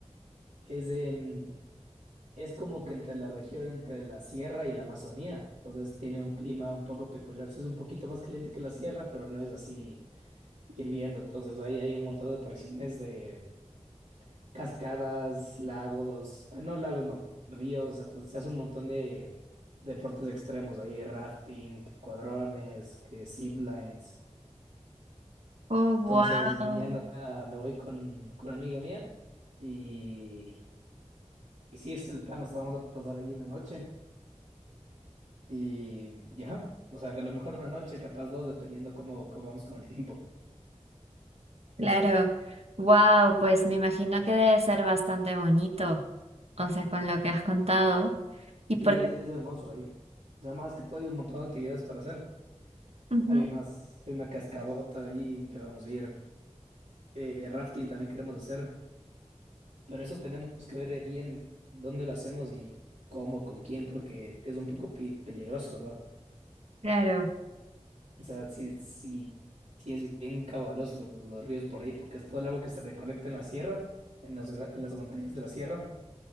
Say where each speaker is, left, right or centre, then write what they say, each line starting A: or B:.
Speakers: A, on the right; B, on the right.
A: es, em, es como que entre la región, entre la sierra y la Amazonía. Entonces tiene un clima un poco peculiar. Sí, es un poquito más caliente que la sierra, pero no es así hirviendo. Entonces ahí hay un montón de atracciones de cascadas, lagos, eh, no lagos, no, ríos, entonces se hace un montón de deportes extremos ahí, rafting, que cuadrones, que ziplines.
B: Oh, wow.
A: Entonces mañana me voy con, con una amiga mía y, y sí, ese es el plan, o sea, vamos a pasar ahí una noche y ya, o sea, que a lo mejor una noche, capaz dos, dependiendo cómo, cómo vamos con el tiempo.
B: Claro. Wow, pues me imagino que debe ser bastante bonito, o sea, con lo que has contado. Y porque
A: Sí, es, es hermoso ahí. O sea, más que todo hay un montón de actividades para hacer.
B: Ujú,
A: Hay unas, hay una cascadota ahí que vamos a ir. eh, rafting también queremos hacer, pero eso tenemos que ver eh, bien dónde lo hacemos y cómo, con quién, porque es un poco pi- peligroso, ¿verdad?
B: claro.
A: O sea, si, si, si es bien caudaloso los, los ríos por ahí, porque es todo el agua que se recolecta en la sierra, en las, gra- en las montañas de la sierra,